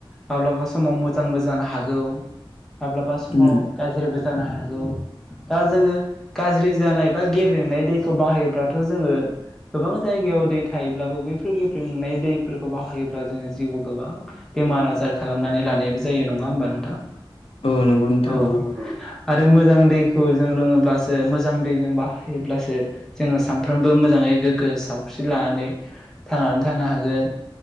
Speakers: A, in the centre; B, on the left.
A: माब्लाबा समाव मोजांबो जानो हागौ माब्लाबा समाव
B: उम
A: गाज्रिबो जानो हागौ दा जोङो गाज्रि जानाय बा गेब्रेंनाय दैखौ बाहायोब्लाथ' जोङो गोबां जायगायाव दै थायोब्लाबो बैफोर गेब्रेंनाय दैफोरखौ बाहायोब्ला जोङो जिउआव गोबां बेमार आजार खालामनानै लानायबो जायो नङा होमबा नोंथां
B: औ नंगौ नोंथां
A: औ आरो मोजां दैखौ जों लोङोब्लासो मोजां दैजों बाहायोब्लासो जोङो सानफ्रोमबो मोजाङै गोग्गो सावस्रि लानानै थांनानै थानो हागोन